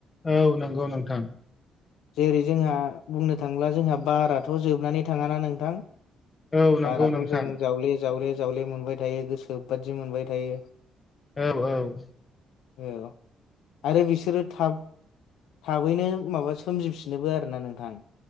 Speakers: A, on the left (about 30°); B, on the left (about 80°).
A: औ नंगौ नोंथां
B: जेरै जोंहा बुंनो थांला जोंहा बाराथ' जोबनानै थाङाना नोंथां
A: औ
B: बाराथ'
A: नंगौ नोंथां
B: जों जावले जावले जावले मोनबाय थायो गोसो बादि मोनबाय थायो
A: औ औ
B: औ आरो बिसोरो थाब थाबैनो माबा सोमजिफिनोबो आरो ना नोंथां